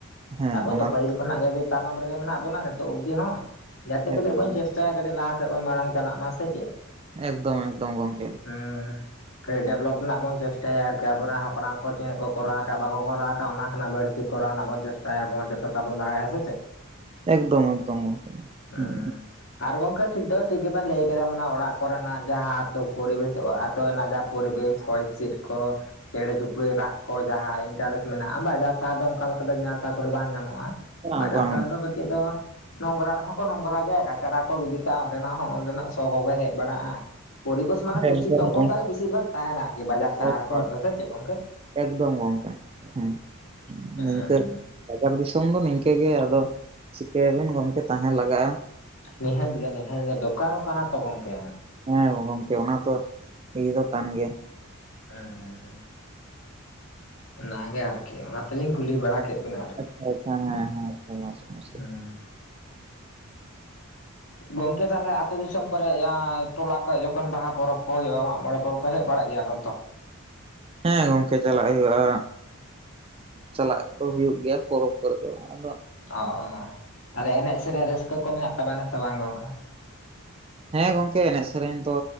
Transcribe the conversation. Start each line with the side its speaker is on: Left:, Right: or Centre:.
Right: ᱦᱮᱸ
Left: ᱟᱵᱚ
Right: ᱚᱱᱟ
Left: ᱛᱚ ᱯᱟᱹᱦᱤᱞ ᱠᱷᱚᱱᱟᱜ ᱜᱮ ᱟᱹᱰᱤ, ᱛᱟᱭᱱᱚᱢ ᱨᱮᱜᱮ ᱢᱮᱱᱟᱜ ᱵᱚᱱᱟ ᱱᱤᱛᱚᱜ ᱚᱵᱫᱤ ᱦᱚᱸ ᱡᱟᱛᱮ ᱠᱟᱹᱴᱤᱡ
Right: ᱮᱠᱫᱚᱢ
Left: ᱵᱚᱱ ᱪᱮᱥᱴᱟᱭ ᱠᱟᱴᱤᱡ ᱞᱟᱦᱟ ᱥᱮᱫ ᱵᱚᱱ ᱢᱟᱲᱟᱝ ᱪᱟᱞᱟᱜ ᱢᱟ ᱥᱮ ᱪᱮᱫ?
Right: ᱮᱠᱫᱚᱢ ᱮᱠᱫᱚᱢ ᱜᱚᱝᱠᱮ᱾
Left: ᱦᱮᱸ ᱠᱟᱹᱡ ᱰᱮᱵᱷᱞᱚᱯ ᱨᱮᱱᱟᱜ ᱵᱚᱱ ᱪᱮᱥᱴᱟᱭᱟ ᱟᱨᱠᱤ ᱟᱵᱚᱨᱮᱱ ᱦᱟᱯᱲᱟᱢ ᱠᱚ, ᱪᱮᱫ ᱠᱚ ᱠᱚᱨᱟᱣ ᱟᱠᱟᱫ ᱵᱟᱠᱚ ᱠᱚᱨᱟᱣ ᱟᱠᱟᱫ ᱚᱱᱟ ᱠᱷᱚᱱᱟᱜ ᱵᱟᱹᱲᱛᱤ ᱠᱚᱨᱟᱣ ᱨᱮᱱᱟᱜ ᱵᱚᱱ ᱪᱮᱥᱴᱟ ᱭᱟᱵᱚᱱ ᱡᱚᱛᱚ ᱴᱟ ᱵᱚᱱ ᱫᱟᱬᱮᱭᱟᱜ-ᱟ ᱥᱮ ᱪᱮᱫ?
Right: ᱮᱠᱫᱚᱢ ᱮᱠᱫᱚᱢ ᱮᱠᱫᱚᱢ ᱜᱚᱢᱠᱮ
Left: ᱦᱮᱸ,
Right: ᱦᱩᱸ
Left: ᱟᱨ ᱜᱚᱝᱠᱮ ᱴᱷᱤᱠ ᱫᱚ ᱴᱷᱤᱠ ᱜᱮᱵᱮᱱ ᱞᱟᱹᱭ ᱠᱮᱫᱟ ᱢᱟᱱᱮ ᱚᱲᱟᱜ ᱠᱚᱨᱮᱱᱟᱜ ᱡᱟᱦᱟᱸ ᱟᱛᱳ ᱯᱚᱨᱤᱵᱮᱥ ᱟᱹᱛᱳ ᱨᱮᱱᱟᱜ ᱡᱟᱦᱟᱸ ᱯᱚᱨᱤᱵᱮᱥ ᱦᱚᱭ ᱦᱤᱸᱥᱤᱫ ᱠᱚ, ᱪᱮᱬᱮ ᱪᱩᱯᱲᱤ ᱨᱟᱜ ᱠᱚ ᱡᱟᱦᱟᱸ ᱤᱱᱴᱟᱨᱮᱥᱴ ᱢᱮᱱᱟᱜᱼᱟ ᱵᱟᱡᱟᱨ ᱥᱟᱦᱟᱨ ᱫᱚ ᱚᱱᱠᱟ ᱞᱮᱠᱟ ᱫᱚ ᱟᱥᱟ ᱠᱚᱨᱮ ᱵᱟᱝ ᱧᱟᱢᱚᱜᱼᱟ᱾
Right: ᱵᱟᱝ
Left: ᱵᱟᱡᱟᱨ
Right: ᱵᱟᱝ
Left: ᱥᱟᱦᱟᱨ ᱫᱚ, ᱪᱮᱫ ᱫᱚ ᱱᱚᱝᱨᱟ ᱨᱮᱦᱚᱸ ᱠᱚ ᱱᱚᱝᱨᱟ ᱜᱮᱭᱟ ᱠᱟᱪᱲᱟ ᱠᱚ ᱜᱤᱰᱤ ᱠᱟᱜᱼᱟ ᱚᱸᱰᱮᱱᱟᱜ ᱦᱚᱸ ᱚᱸᱰᱮᱱᱟᱜ ᱥᱚ ᱠᱚᱜ ᱦᱮᱡ ᱵᱟᱲᱟᱜᱼᱟ᱾ ᱯᱚᱨᱤᱵᱮᱥ ᱢᱟᱱᱮ ᱫᱩᱥᱤᱛᱚ
Right: ᱮᱠᱫᱚᱢ
Left: ᱚᱵᱚᱥᱛᱟ
Right: ᱜᱚᱢᱠᱮ
Left: ᱜᱮ ᱵᱮᱥᱤᱨ ᱵᱷᱟᱜ ᱛᱟᱦᱮᱱᱟ ᱟᱨᱠᱤ ᱵᱟᱡᱟᱨ ᱥᱟᱦᱟᱨ
Right: ᱮᱠᱫᱚᱢ
Left: ᱠᱚᱨᱮ ᱫᱚ ᱥᱮ ᱪᱮᱫ ᱜᱚᱝᱠᱮ?
Right: ᱮᱠᱫᱚᱢ ᱜᱚᱢᱠᱮ ᱦᱮ
Left: ᱦᱮᱸ
Right: ᱱᱤᱝᱠᱟᱹ᱾
Left: ᱦᱮᱸ
Right: ᱵᱟᱡᱟᱨ ᱫᱤᱥᱚᱢ ᱫᱚ ᱱᱤᱝᱠᱟᱹ ᱜᱮ ᱟᱫᱚ ᱪᱤᱠᱟᱹᱭᱟᱵᱮᱱ ᱜᱚᱢᱠᱮ ᱛᱟᱦᱮᱸ ᱞᱟᱜᱟᱜᱼᱟ᱾
Left: ᱱᱤᱦᱟᱹᱛ ᱜᱮ ᱱᱤᱦᱟᱹᱛ ᱜᱮ ᱫᱚᱨᱠᱟᱨ ᱦᱚᱸ ᱠᱟᱱᱟ ᱛᱚ ᱜᱚᱝᱠᱮ
Right: ᱦᱮᱸ ᱜᱚᱝᱠᱮ ᱚᱱᱟ ᱛᱚ, ᱤᱭᱟᱹ ᱫᱚ ᱠᱟᱱ ᱜᱮᱭᱟ᱾
Left: ᱩᱸ ᱚᱱᱟᱜᱮ ᱟᱨᱠᱤ ᱚᱱᱟ ᱛᱮᱞᱤᱧ ᱠᱩᱞᱤ ᱵᱟᱲᱟ ᱠᱮᱫ ᱵᱮᱱᱟ ᱟᱨᱠᱤ?
Right: ᱟᱪᱪᱷᱟ ᱟᱪᱪᱷᱟ ᱦᱮᱸ ᱦᱮᱸ ᱢᱚᱡᱽ ᱢᱚᱡᱽ
Left: ᱦᱮᱸ, ᱜᱚᱝᱠᱮ ᱛᱟᱦᱚᱞᱮ ᱟᱹᱛᱩ ᱫᱤᱥᱚᱢ ᱠᱚᱨᱮ ᱭᱟ ᱴᱚᱞᱟ ᱠᱚ ᱡᱚᱠᱷᱚᱱ ᱵᱟᱦᱟ ᱯᱚᱨᱚᱵᱽ ᱠᱚ ᱦᱩᱭᱩᱜᱼᱟ ᱢᱟᱜ ᱢᱚᱬᱮ ᱯᱚᱨᱚᱵᱽ ᱠᱚ ᱦᱮᱡ ᱵᱟᱲᱟᱜ ᱜᱮᱭᱟ ᱵᱤᱱ ᱛᱚ?
Right: ᱦᱮᱸ ᱜᱚᱝᱠᱮ ᱪᱟᱞᱟᱜ ᱦᱩᱭᱩᱜᱼᱟ᱾ ᱪᱟᱞᱟᱜ ᱫᱚ ᱦᱩᱭᱩᱜ ᱜᱮᱭᱟ ᱯᱚᱨᱚᱵᱽ ᱠᱚᱨᱮ ᱫᱚ ᱟᱫᱚ,
Left: ᱚ ᱛᱟᱦᱚᱞᱮ ᱮᱱᱮᱡ ᱥᱮᱨᱮᱧ ᱨᱟᱹᱥᱠᱟᱹ ᱠᱚ ᱢᱮᱱᱟᱜ ᱛᱟᱵᱮᱱᱟ ᱥᱮ ᱵᱟᱝ ᱜᱚᱝᱠᱮ?
Right: ᱦᱮᱸ ᱜᱚᱝᱠᱮ ᱮᱱᱮᱡ ᱥᱮᱨᱮᱧ ᱫᱚ